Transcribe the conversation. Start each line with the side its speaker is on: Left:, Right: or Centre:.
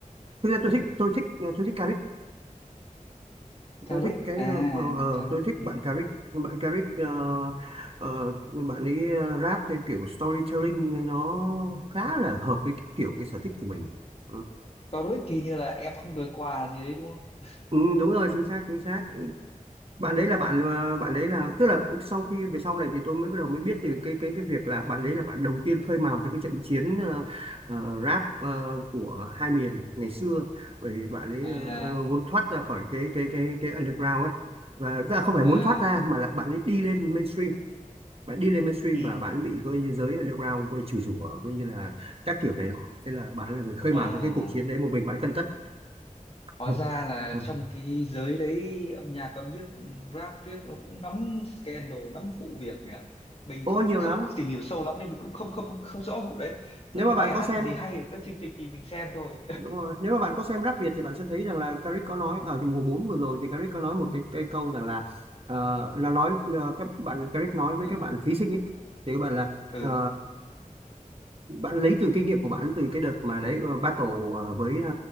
Right: thực ra tôi
Left: ừ
Right: thích tôi thích ờ, tôi thích
Left: Caric
Right: tôi thích cái
Left: à
Right: ờ, ờ, ờ,
Left: Caric
Right: tôi thích
Left: ừ.
Right: bạn Caric bạn Caric ờ, ờ, bạn ấy ờ, rap theo kiểu storytelling nó khá là hợp với cái kiểu cái sở thích của mình ừ,
Left: Caric thì như là em không đời quà gì đấy đúng không
Right: Ừ, đúng rồi chính xác chính xác bạn đấy là bạn ờ, bạn đấy là tức là sau khi về sau này thì tôi mới bắt đầu mới biết về cái cái cái việc là bạn đấy là bạn đầu tiên khơi mào cho cái trận chiến ờ, ờ, rap ờ, của hai miền ngày xưa bởi vì bạn ấy
Left: à
Right: ờ, ờ, muốn thoát ra khỏi cái cái cái cái underground ấy và tức là không phải
Left: à
Right: muốn thoát ra mà là bạn ấy đi lên mainstream bạn đi lên mainstream
Left: ừ
Right: và bạn bị coi như giới underground coi như chửi rủa coi như là các kiểu này nọ thế là bạn là người khơi
Left: Ồ,
Right: mào cho cái cuộc chiến đấy một mình bạn cân tất
Left: hóa
Right: <laughs>
Left: ra là
Right: À.
Left: trong cái giới đấy âm nhạc âm nhạc ừ, rap viết nó cũng nắm scandal nắm vụ việc nhỉ mình
Right: Ô
Left: cũng
Right: nhiều
Left: không
Right: lắm.
Left: tìm hiểu sâu lắm nên mình cũng không không không rõ vụ đấy tức
Right: Nếu
Left: là
Right: mà
Left: cái
Right: bạn
Left: bài
Right: có
Left: hát
Right: xem
Left: là gì hay ở các chương trình thì mình xem thôi
Right: đúng rồi nếu mà bạn có xem rap Việt thì bạn sẽ thấy rằng là Caric có nói ở mùa 4 vừa rồi thì Caric có nói một cái, cái câu rằng là ờ, là nói ờ, các bạn Caric nói với
Left: ừ
Right: các bạn thí sinh ấy thì các bạn là
Left: ừ
Right: ờ, bạn lấy từ kinh nghiệm của bạn từ cái đợt mà đấy ờ, battle ờ, với ờ,